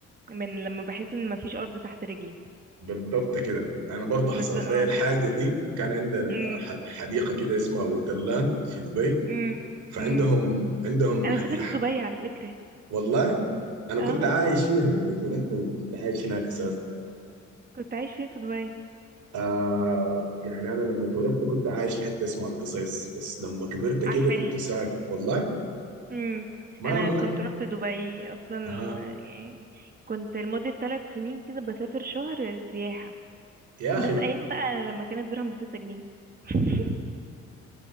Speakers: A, on the right; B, on the right.
A: من لما بحس ان مفيش ارض تحت رجلي
B: بالضبط كده انا برضه
A: بس
B: حصلت لي
A: اه
B: الحاجه دي كان عندنا
A: امم
B: ح- حديقه كده اسمها وندرلاند في دبي
A: امم
B: فعندهم
A: امم
B: عندهم
A: انا
B: حديقة.
A: سافرت دبي على فكره
B: والله انا
A: اه
B: كنت عايش فيها دبي اتولدت وكنت عايش هناك اساسا
A: كنت عايش فين في دبي
B: آه يعني انا لما اتولدت كنت عايش في حته اسمها القصيص بس لما كبرت
A: عارفاها
B: كده كنت ساكن والله
A: امم
B: ما
A: انا كنت رحت دبي اصلا
B: ما
A: يعني كنت لمدة ثلاث سنين كده بسافر شهر سياحة
B: يا اخي
A: بس ايام
B: <laughs>
A: بقى لما كان الدرهم بستة جنيه <laughs>